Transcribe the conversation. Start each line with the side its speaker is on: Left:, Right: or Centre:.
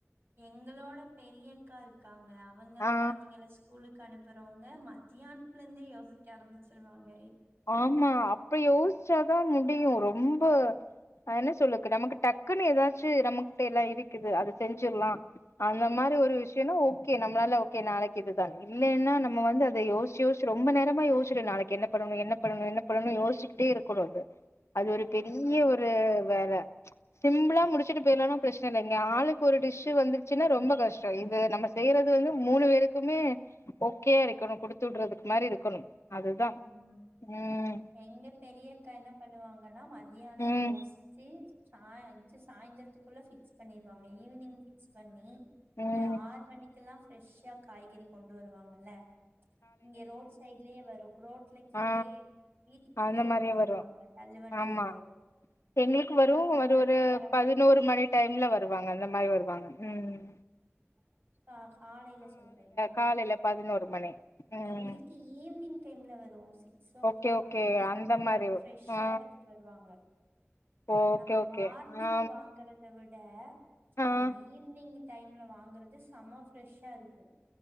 Right: எங்களோட பெரியக்கா இருக்காங்க அ வங்க
Left: ஆ
Right: கொழந்தைங்கல ஸ்கூலு க்கு அனுப்புறவுங்க ம த்தியான்த்லெந்தே யோசி க்க ஆரம்பிச்சிருவாங்க
Left: ஆமா அப்ப யோசுச்சாதா முடியு ரொம்ப அ என்ன சொல்லுக்கு நமக்கு டக்குன்னு எதாச்சு நம்மகிட்ட எல்லா இருக்குது அத செஞ்சிர்லா அந்த மாரி ஒரு விஷ்யன்னா ஓகே நம்மளால ஓகே நாளைக்கு இதுதானு இல்லைன்னா நம்ம வந்து அத யோசிச்சு யோசிச்சு ரொம்ப நேரமா யோச்சுட்டு நாளைக்கு என்ன பண்ணணு என்ன பண்ணணு என்ன பண்ணணு யோசிச்சிக்கிட்டே இருக்கணு அத அது ஒரு
Right: ஆமாமா.
Left: பெரிய ஒரு வேல சிம்பிளா முடிச்சுட்டு போயிர்லான பிரச்சனல்ல இங்க ஆளுக்கு ஒரு டிஷ்ஷு வந்துருச்சுன்னா ரொம்ப கஷ்டொ இது நம்ம செய்றது வந்து மூணு பேருக்குமே ஓகேயா இருக்கணு குடுத்து விடுறதுக்கு மாரி இருக்கணும் அதுதா
Right: ம்.
Left: ம்
Right: எங்க பெரியக்கா என்ன பண்ணுவாங்கன்னா மதி யானம்
Left: ம்
Right: யோசிச்சு சா சாய்ந்தரத்துக்குள்ள ஃபிக்ஸ் பண்ணிருவாங்க ஈவினிங் ஃபிக்ஸ் பண்ணி
Left: ம்
Right: இந்த ஆறு மணிக் எல்லாம் ஃப்ரெஷ்ஷா காய்கறி கொண்டு வருவாங்கல்ல இங்க ரோட் சைடுலயே வரும் ரோட்ல கீழயே
Left: அ
Right: வீட்டுக்கு
Left: அந்த
Right: கீழயே
Left: மாரி
Right: கொண்டு வருவாங்க.
Left: வரும்
Right: தள்ளு வண்டியில
Left: ஆமா
Right: வரும்.
Left: எங்களுக்கு வரும்
Right: அந்த
Left: ஒரு
Right: மாதிரி
Left: ஒரு
Right: வரம்போது
Left: பதினோரு மணி டைம்ல வருவாங்க அந்த மாரி வருவாங்க ம்
Right: அ காலைல சொல்றீங்ளா
Left: காலைல பதினோரு மணி ம்
Right: எங்களுக்கு ஈவ்னிங் லவரு சி க்ஸ் ஓ
Left: ஓகே
Right: கிளாக்
Left: ஓகே
Right: இல்னா செவன்
Left: அந்த
Right: ஓ கிளாக்
Left: மாரி
Right: ஃப்ரெஷ்ஷா
Left: ஆ
Right: எடுத்துட்டு வருவாங்க
Left: ஓகே
Right: நம்ம
Left: ஓகே
Right: மார்னிங்
Left: ஆ
Right: வாங்குறத‌ வி ட
Left: ஆ
Right: அந்த ஈவ்னிங்கு டைம்ல வாங்கறது செம ஃப்ரெஷ்ஷா இருக்கு